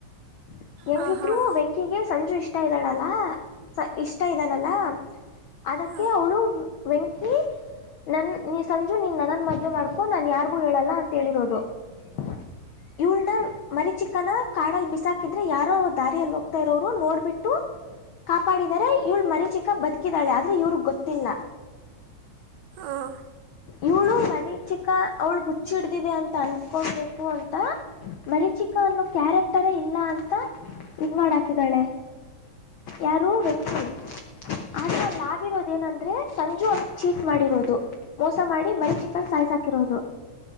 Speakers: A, on the left; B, on the right.
A: <unintelligible> ಹೆಂಗಿದ್ರು
B: ಹಾಂ ಹಾಂ
A: ವೆಂಕಿಗೆ ಸಂಜು ಇಷ್ಟ ಇದ್ದಾಳಲ್ಲ. <unintelligible> ಸ ಇಷ್ಟ ಇದ್ದಾನಲ್ಲ? <unintelligible> ಅದಕ್ಕೆ
B: ಹಾಂ
A: ಅವಳು ವೆಂಕಿ ನನ್ನ ನೀ <unintelligible> ಸಂಜು ನಿನ ನನ್ನನ ಮದುವೆ ಮಾಡ್ಕೊ ನಾನ್ ಯಾರಿಗೂ ಹೇಳಲ್ಲ ಅಂತ ಹೇಳಿರೋದು. <unintelligible> ಇಳ್ನ ಮರಿ ಚಿಕ್ಕನ ಕಾಡಲ್ಲಿ ಬಿಸಾಕಿದ್ರೆ ಯಾರೋ ದಾರಿಯಲ್ಲಿ ಹೋಗ್ತಾ ಇರೋರು ನೋಡ್ಬಿಟ್ಟು <unintelligible> ಕಾಪಾಡಿದರೆ ಇವಳು ಮರಿಚಿಕ್ಕ ಬದುಕಿದ್ದಾಳೆ ಆದ್ರೆ ಇವ್ರಗ ಗೊತ್ತಿಲ್ಲ?
B: ಹಾಂ
A: ಇವಳು ಮರಿಚಿಕ್ಕ ಅವಳಿಗೆ ಹುಚ್ ಹಿಡಿದಿದೆ ಅಂತ <unintelligible> ತ ಅನ್ಕೊಂಡ ಬೇಕು ಅಂತ ಮರಿಚಿಕ್ಕ ಅನ್ನೋ ಕ್ಯಾರೆಕ್ಟರೇ ಇಲ್ಲ ಅಂತ <unintelligible> ಇದ ಮಾಡಾಹಾಕಿದಾಳೆ ಯಾರು ವೆಂಕಿ. <unintelligible> ಆದರೇ ಅಲ್ಲಿ ಆಗಿರೋದ ಏನಂದ್ರೆ ಸಂಜು ಅವನೀಗ ಚೀಟ್ ಮಾಡಿರೋದು ಮೋಸ ಮಾಡಿ ಮರಿಚಿಕ್ಕ ನಾ ಸಾಯ್ಸ <unintelligible> ಹಾಕಿರೋದು. <unintelligible>